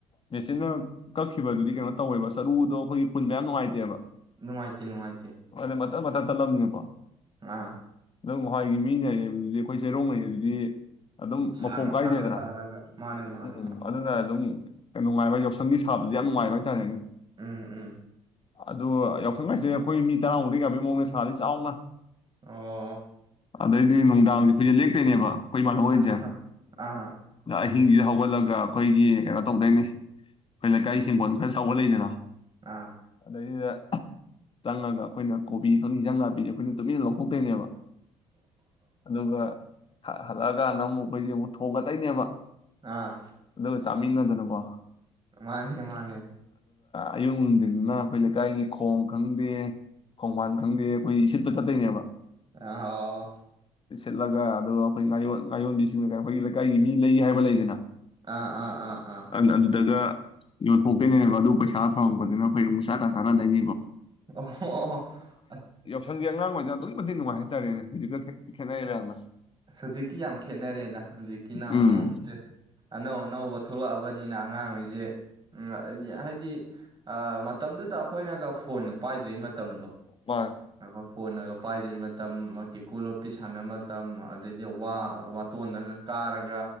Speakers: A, on the left; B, on the right.
A: ꯃꯦꯆꯤꯟꯅ ꯀꯛꯈꯤꯕꯗꯨꯗꯤ ꯀꯩꯅꯣ ꯇꯧꯋꯦꯕ ꯆꯔꯨꯗꯣ ꯑꯩꯈꯣꯏꯒꯤ ꯄꯨꯟꯕ ꯌꯥꯝ ꯅꯨꯡꯉꯥꯏꯇꯦꯕ꯫
B: ꯅꯨꯡꯉꯥꯏꯇꯦ ꯅꯨꯡꯉꯥꯏꯇꯦ꯫
A: ꯑꯗꯨꯅ ꯃꯇꯠ ꯇꯠꯂꯕꯅꯤꯅꯀꯣ
B: ꯉꯥ
A: ꯅꯍꯋꯥꯏꯒꯤ ꯃꯤꯅ ꯌꯩꯕꯗꯨꯗꯤ ꯑꯩꯈꯣꯏ ꯆꯩꯔꯣꯡꯅ ꯌꯩꯕꯗꯨꯗꯤ ꯑꯗꯨꯝ
B: ꯁꯥꯡꯅ
A: ꯃꯄꯣꯛ ꯀꯥꯏꯗꯦꯗꯅ
B: ꯁꯥꯡꯅ ꯇꯥꯔꯒ ꯃꯥꯅꯦ ꯃꯥꯅꯦ
A: ꯎꯝ
B: ꯃꯥ
A: ꯑꯗꯨꯅ ꯑꯗꯨꯝ ꯅꯨꯡꯉꯥꯏꯕ ꯌꯥꯎꯁꯪꯒꯤ ꯁꯥꯕꯗꯤ ꯌꯥꯝ ꯅꯨꯡꯉꯥꯏꯕ ꯍꯥꯏꯇꯥꯔꯦꯅꯦ
B: ꯎꯝ ꯎꯝ
A: ꯑꯗꯨꯒ ꯌꯥꯎꯁꯪ ꯍꯥꯏꯁꯦ ꯑꯩꯈꯣꯏ ꯃꯤ ꯇꯔꯥꯃꯨꯛꯇꯤ ꯌꯥꯕꯩ ꯃꯑꯣꯡꯗ ꯁꯥꯅꯤ ꯆꯥꯎꯅ꯫
B: ꯑꯣ꯫
A: ꯑꯗꯩꯗꯤ ꯅꯨꯡꯗꯥꯡꯁꯦ ꯑꯩꯈꯣꯏꯁꯦ ꯂꯦꯛꯇꯣꯏꯅꯦꯕ꯫ ꯑꯩꯈꯣꯏ ꯏꯃꯥꯟꯅꯕꯒꯩꯁꯦ
B: ꯑꯍꯥ ꯑꯥ
A: <unintelligible> ꯑꯍꯤꯡꯁꯤꯗ ꯍꯧꯒꯠꯂꯒ ꯑꯩꯈꯣꯏꯒꯤ ꯀꯩꯅꯣ ꯇꯧꯗꯣꯏꯅꯦ ꯑꯩꯈꯣꯏ ꯂꯩꯀꯥꯏ ꯍꯤꯡꯒꯣꯜ ꯈꯔ ꯆꯥꯎꯕ ꯂꯩꯗꯅ꯫
B: ꯑꯥ
A: <unintelligible> ꯆꯪꯉꯒ ꯑꯩꯈꯣꯏꯅ ꯀꯣꯕꯤ ꯈꯪꯗꯦ ꯍꯟꯖꯥꯡ ꯅꯥꯄꯤꯁꯦ ꯑꯩꯈꯣꯏꯅ ꯇꯨꯃꯤꯟꯅ ꯂꯧꯊꯣꯛꯇꯣꯏꯅꯦꯕ ꯑꯗꯨꯒ ꯑꯥ ꯍꯜꯂꯛ ꯑꯀꯥꯟꯗ ꯑꯃꯨꯛ ꯑꯩꯈꯣꯏꯁꯦ ꯑꯃꯨꯛ ꯊꯣꯛꯒꯗꯣꯏꯅꯦꯕ꯫
B: ꯑꯥ
A: ꯑꯗꯨꯒ ꯆꯥꯃꯤꯟꯅꯗꯅ <unintelligible>
B: ꯃꯥꯅꯦ ꯃꯥꯅꯦ
A: ꯑꯌꯨꯛ ꯅꯨꯡꯗꯤꯜꯗꯨꯅ ꯑꯩꯈꯣꯏ ꯂꯩꯀꯥꯏꯒꯤ ꯈꯣꯡ ꯈꯪꯗꯦ ꯈꯣꯡꯕꯥꯟ ꯈꯪꯗꯦ ꯑꯩꯈꯣꯏꯖꯦ ꯏꯁꯤꯠꯄ ꯆꯠꯇꯣꯏꯅꯦꯕ
B: ꯑꯥꯋꯣ
A: ꯆꯠꯂꯒ ꯑꯗꯣ ꯑꯩꯈꯣꯏ ꯉꯥꯌꯣꯟ ꯉꯥꯌꯣꯟꯕꯤꯁꯤꯡꯅꯒ ꯑꯩꯈꯣꯏꯒꯤ ꯂꯩꯀꯥꯏꯒꯤ ꯃꯤ ꯂꯩ ꯍꯥꯏꯕ ꯂꯩꯗꯅ
B: ꯑꯥ ꯑꯥ ꯑꯥ ꯑꯥ
A: ꯑꯗꯨ ꯑꯗꯨꯗꯒ ꯌꯣꯟꯊꯣꯛꯇꯣꯏꯅꯦꯕ ꯑꯗꯨ ꯄꯩꯁꯥ ꯐꯪꯉꯛꯄꯗꯨꯅ ꯑꯩꯈꯣꯢ ꯑꯃꯨꯛ ꯆꯥꯛꯀ ꯆꯥꯟꯅꯗ <inaudible>
B: ꯑꯣ ꯑ
A: ꯅꯪꯗꯤ ꯑꯉꯥꯡ ꯑꯣꯏꯅ ꯑꯗꯨꯛꯀꯤ ꯃꯇꯤꯛ ꯅꯨꯡꯉꯥꯏ ꯍꯥꯏꯇꯥꯔꯦꯅꯦ ꯍꯧꯖꯤꯛꯀ ꯈꯦ ꯈꯦꯠꯅꯩꯕ ꯌꯥꯝꯅ
B: ꯑꯁ ꯍꯧꯖꯤꯛꯇꯤ ꯌꯥꯝ ꯈꯦꯠꯅꯔꯦꯗ ꯍꯧꯖꯤꯛꯀꯤꯅ ꯑꯃꯨꯛ
A: ꯎꯝ
B: ꯑꯅꯧ ꯑꯅꯧꯕ ꯊꯣꯛꯂꯛꯑꯕꯅꯤꯅ ꯑꯉꯥꯡꯈꯩ ꯖꯦ ꯎꯝ ꯍꯥꯏꯗꯤ ꯑ ꯃꯇꯝꯗꯨꯗ ꯑꯩꯈꯣꯏꯅꯒ ꯐꯣꯟ ꯄꯥꯏꯗ꯭ꯔꯤ ꯃꯇꯝꯗꯣ
A: ꯃꯥꯅꯦ
B: ꯑ ꯐꯣꯟꯅꯒ ꯄꯥꯏꯗ꯭ꯔꯤꯕ ꯃꯇꯝ ꯃꯥꯒꯤ ꯀꯦꯀꯨ ꯂꯣꯞꯇꯤ ꯁꯥꯟꯅꯕ ꯃꯇꯝ ꯑꯗꯩꯗꯤ ꯋꯥ ꯋꯥꯇꯣꯟꯗꯒ ꯀꯥꯔꯒ